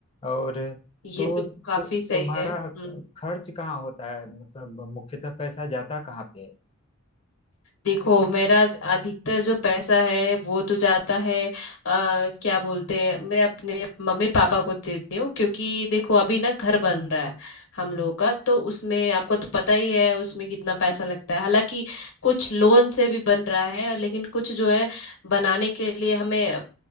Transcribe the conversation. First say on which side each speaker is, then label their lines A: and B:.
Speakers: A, on the left; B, on the left.
A: और
B: ये
A: तो,
B: तो काफी
A: तो
B: सही
A: तुम्हारा
B: है हम्म
A: खर्च कहाँ होता है मतलब मुख्यतः पैसा जाता कहाँ पे है
B: देखो मेरा अधिकतर जो पैसा है वो तो जाता है आ, क्या बोलते हैं मैं अपने मम्मी पापा को देती हूँ क्योंकि देखो अभी ना घर बन रहा है हम लोग का तो उसमें आपको तो पता ही है उसमें कितना पैसा लगता है हालांकि कुछ लोन से भी बन रहा है और लेकिन कुछ जो है बनाने के लिए हमें